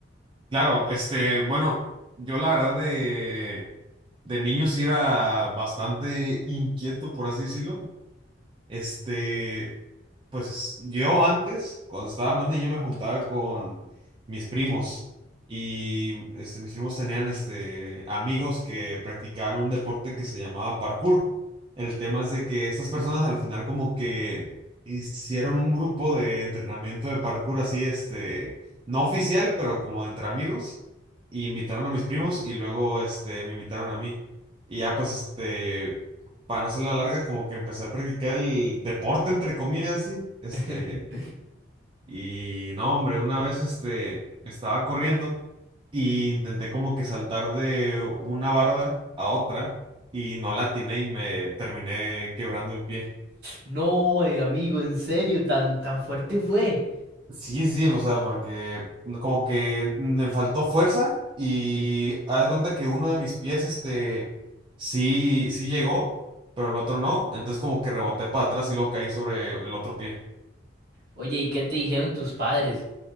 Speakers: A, on the right; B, on the right.
A: Claro, este, bueno, yo la verdad de, de niño sí era bastante inquieto, por así decirlo. Este, pues yo antes, cuando estaba más niño, me juntaba con mis primos y este, mis primos tenían este, amigos que practicaban un deporte que se llamaba parkour. El tema es de que estas personas al final como que hicieron un grupo de entrenamiento de parkour así, este, no oficial, pero como entre amigos, y invitaron a mis primos y luego este, me invitaron a mí. Y ya pues este para no ser la larga, como que empecé a practicar el deporte, entre comillas, así, este,
B: <laughs>
A: y no, hombre, una vez, este, estaba corriendo y intenté como que saltar de una barda a otra y no la atiné y me terminé quebrando el pie.
B: No, eh, amigo, en serio, tan, tan fuerte fue.
A: Sí, sí, o sea, porque como que me faltó fuerza y haz de cuenta que uno de mis pies, este, sí, sí llegó, pero el otro no, entonces como que reboté para atrás y luego caí sobre el otro pie.
B: Oye, ¿y qué te dijeron tus padres?